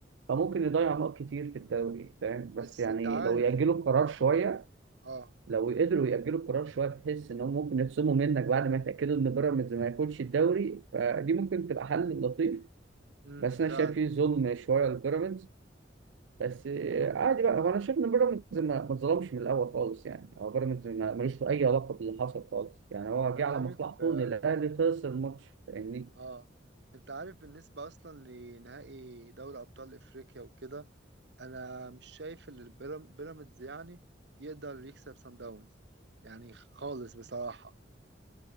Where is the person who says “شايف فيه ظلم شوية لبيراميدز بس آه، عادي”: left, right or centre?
Right